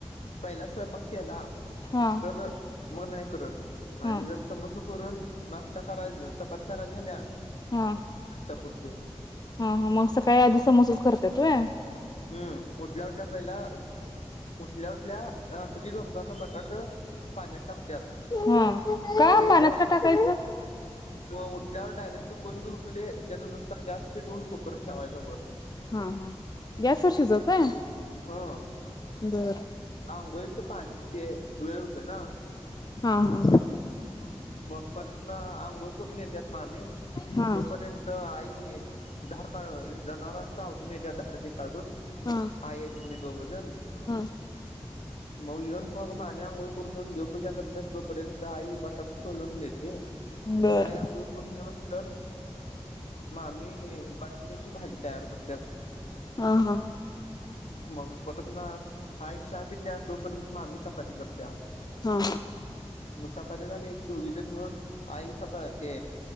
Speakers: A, on the left (about 75°); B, on the left (about 35°).
A: पहिला स्वयंपाक केला.
B: हा
A: तर म नाही करत
B: हा
A: आणि जर समज करून नाष्टा कराय चपात्या कराय झाल्या
B: हा.
A: च करतोय
B: हा हा मग सकाळी आधी समोसेच करत त्यात होय.
A: हम्म उठल्या उठल्या पहिला उठल्या उठल्या रात्री झोपतान बटाट पाण्यात टाकत्यात
B: हा का
A: मग
B: पाण्यात
A: ठल्यावर
B: का टाकायचं?
A: म उट त्यावर डायरेक्ट कोण बी तु दे येन नुसता गॅस पेटवुन कुकर ठेवायचा वर
B: हा हा गॅस वर शिजवताय
A: हा
B: बर.
A: आंघोळीचं पाणी ते वेळ होतोय ना
B: हा हा
A: पप्पाच न आंघोळ करून येत्यात मामी
B: हा
A: तोपर्यंत आई ती धार का, जनावरांच आवरुन येत्या धार ते काडून
B: हा
A: आई आणि मी दोघजन
B: हा
A: मग यून मग मामी आंघोळ करून यून देव पूजा करत्यात. तोपर्यंत आई बक सोलून देते, म
B: बर
A: आय आंगुळ करून युसतर मामी बटाट्याची भा भाजी तयार करत्यात.
B: हा हा.
A: मग परतन आई चहा पीत्या. तोपर्यंत मामी चपाती करत्या.
B: हा
A: म चपा <unintelligible> झाल्या की दोघी जण मिळून, आई चपा ते